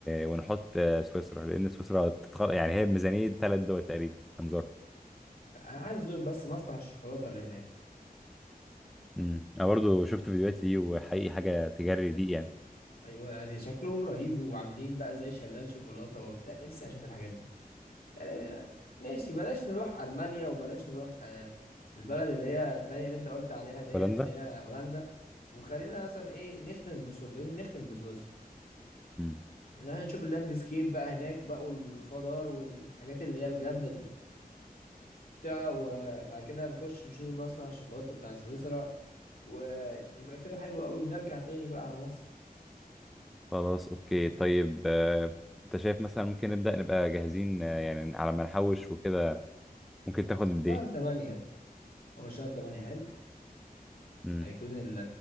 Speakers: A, in the centre; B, on the left.
A: ونحط آه، سويسرا لان سويسرا تتخ... يعني هي بميزانية ثلاث دول تقريبا هنزورها
B: انا عايز ازور بس مصنع الشوكولاتة اللي هناك
A: امم انا برضو شفت فيديوهات ليه وحقيقي حاجة تجري ليه يعني
B: ايوه يعني شكلهم رهيب وعاملين بقى زي شلال شوكولاته وبتاع نفسي اشوف الحاجات دي يعني يعني ماشي بلاش نروح المانيا وبلاش نروح آه، البلد اللي هي التانية اللي انت قلت عليها ديت
A: هولندا
B: اللي هي هولندا وخلينا مثلا ايه نختم بسو... نختم بسويسرا
A: امم
B: يعني نشوف اللاندسكيب بقى هناك بقى والخضار والحاجات اللي هي الجامده دي بتاع وبعد كده نخش نشوف مصنع الشوكولاته بتاع سويسرا ونبقى كده حلو قوي ونرجع تاني بقى على مصر
A: خلاص اوكي طيب آه، انت شايف مثلا ممكن نبدأ نبقى جاهزين آه، يعني على ما نحوش وكده ممكن تاخد قد
B: شهر
A: ايه
B: 8 هو شهر 8 حلو
A: امم
B: هيكون ال